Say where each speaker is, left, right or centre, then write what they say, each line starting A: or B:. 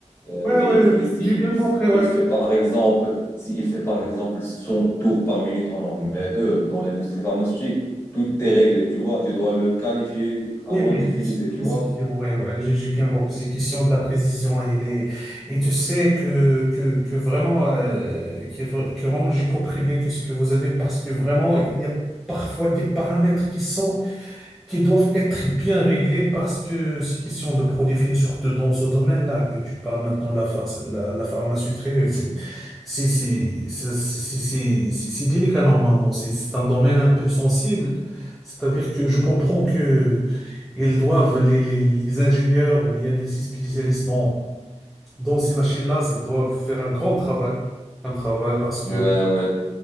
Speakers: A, on the left; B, in the centre.
A: euh,
B: ouais,
A: vérifier
B: ouais,
A: si
B: j'ai bien
A: il, f-
B: compris, ouais.
A: il fait, par exemple, s'il fait, par exemple, son tour par minute ou non. Mais eux, dans l'industrie pharmaceutique, tout est réglé, tu vois, tu dois le qualifier avant
B: Oui, oui,
A: de l'utiliser,
B: c'est- précision,
A: tu vois.
B: ouais, ouais, j'ai j'ai bien compris. C'est question de la précision et les, et tu sais que, que, que vraiment, euh, que, que vraiment, j'ai compris bien qu'est-ce que vous avez parce que vraiment, il y a parfois des paramètres qui sont qui doivent être bien réglés parce que c'est question de produits finis, surtout dans ce domaine-là que tu parles maintenant, la, phar- la, la pharmaceutique, c'est c'est- c'est- c'est- c'est- c'est- c'est- c'est délicat normalement, c'est c'est un domaine un peu sensible, c'est-à-dire que je comprends que ils doivent, les, les, les ingénieurs ou bien les spécialistes dans, dans ces machines-là, ça doivent faire un grand travail, un travail parce que...
A: Ouais, ouais,